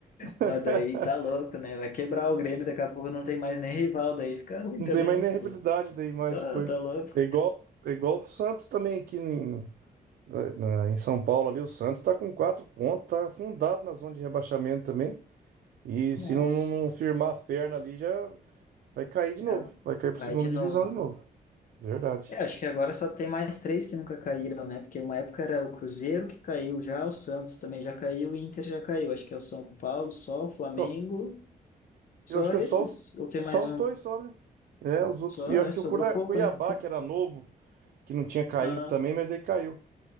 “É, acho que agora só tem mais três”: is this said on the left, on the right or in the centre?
Left